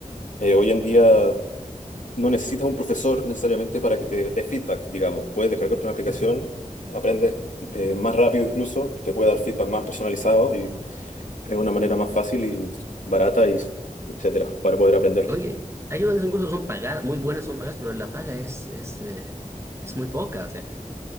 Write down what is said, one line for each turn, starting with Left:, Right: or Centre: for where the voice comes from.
Left: eh, hoy en día no necesitas un profesor necesariamente para que te dé feedback, digamos. Puedes descargarte una aplicación,
Right: Ujú.
Left: aprendes eh, más rápido incluso, te puede dar feedback más personalizado y es una manera más fácil y barata y etcétera para poder aprender.
Right: Oye, hay unas incluso son pagadas, muy buenas son pagadas, pero la paga es, es, eh, es muy poca, o sea,